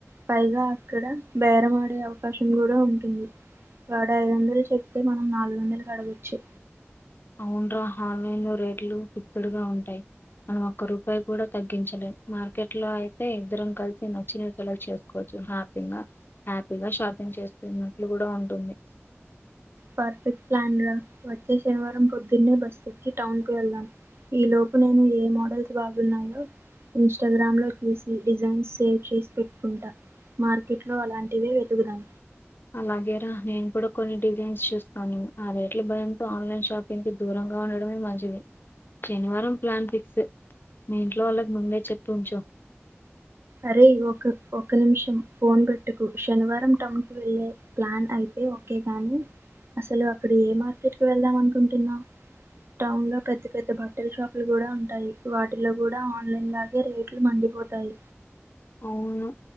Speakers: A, on the right (about 60°); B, on the left (about 50°).
A: పైగా అక్కడ బేరం ఆడే అవకాశం కూడా ఉంటుంది వాడు ఐదు వందలు చెప్తే మనం నాలుగు వందలకి అడగచ్చు
B: అవునరా ఆన్లైన్లో రేట్లు ఫిక్స్డ్ గా ఉంటాయి మనం ఒక్క రూపాయి కూడా తగ్గించలేము మార్కెట్ లో అయితే ఇద్దరం కలిసి నచ్చిన సెలెక్ట్ చేస్ కోవచ్చు హ్యాపీగా హ్యాపీగా షాపింగ్ చేస్తున్నట్లు కూడా ఉంటుంది
A: పర్ఫెక్ట్ ప్లాన్ రా వచ్చే శనివారం పొద్దున్నే బస్ ఎక్కి టౌన్ కి వెళ్దాం ఈ లోపు నేను ఏ మోడల్స్ బాగున్నాయో ఇన్స్టాగ్రామ్లో చూసి డిజైన్స్ షేర్ చేసి పెట్టుకుంటాను మార్కెట్ లో అలాంటివే వెతుకుదాం
B: అలాగే రా నేను కూడా కొన్ని డిజైన్స్ చూస్తాను ఆ రేట్ల భయంతో ఆన్లైన్ షాప్ పింగ్ దూరంగా ఉండడంమే మంచిది శనివారం ప్లాన్ ఫిక్స్ మీ ఇంట్లో వాళ్ళకి ముందే చెప్పి ఉంచు
A: అరే ఒక ఒక నిమిషం ఫోన్ పెట్టకు శనివారం టౌన్కి వెళ్ళే ప్లాన్ అయితే ఓకే కాగాని అసలు అక్కడ ఏ మార్కెట్కి వెళ్దాం అనుకుంటున్నావు టౌన్ లో పెద్ద పెద్ద బట్టల షాపులు కూడా ఉంటాయి వాటిలో కూడా ఆన్లైన్ ల ఇ రేట్లు మండిపోతాయి
B: అవును